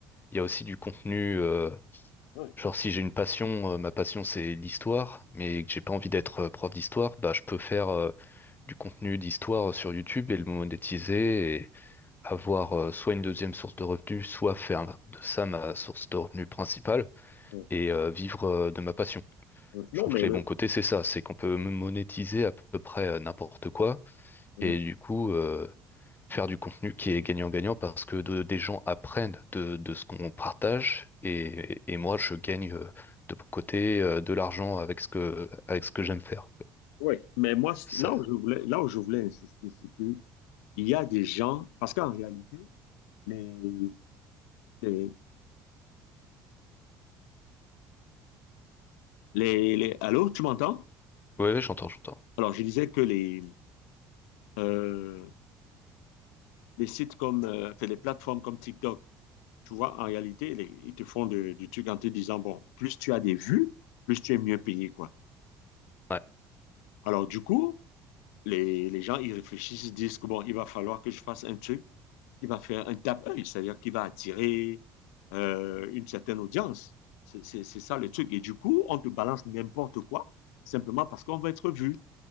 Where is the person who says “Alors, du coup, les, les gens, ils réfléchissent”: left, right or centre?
Left